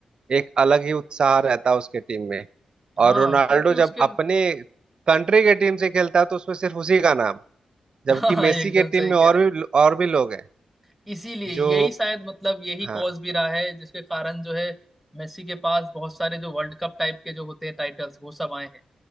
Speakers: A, on the right; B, in the centre.
A: एक अलग ही उत्साह रहता है उसके टीम में
B: हाँ
A: और रोनाल्डो
B: क्योंकि उसके
A: जब अपने कंट्री के टीम से खेलता है तो उसमें सिर्फ उसी का नाम
B: <laughs>
A: जबकि
B: हाँ
A: मेसी
B: एकदम
A: के टीम
B: सही
A: में
B: कह
A: और
B: रहे
A: भी और भी लोग हैं
B: हैं। इसीलिए यही
A: जो
B: शायद मतलब यही
A: हाँ
B: कॉज भी रहा है जिसके कारण जो है मेसी के पास बहुत सारे जो वर्ल्ड कप टाइप के जो होते हैं टाइटल्स वो सब आए हैं